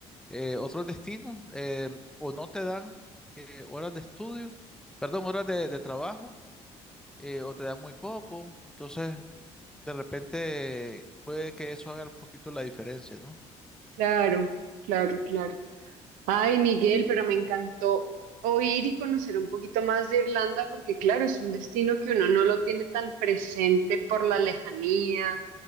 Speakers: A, in the centre; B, on the right (about 80°).
A: eh, otros destinos eh, o no te dan eh, horas de estudio, perdón, horas de, de trabajo eh, o te dan muy poco. Entonces, de repente puede que eso haga un poquito la diferencia, ¿no?
B: Claro, claro, claro. Ay, Miguel, pero me encantó oír y conocer un poquito más de Irlanda porque, claro, es un destino que uno no lo tiene tan presente por la lejanía,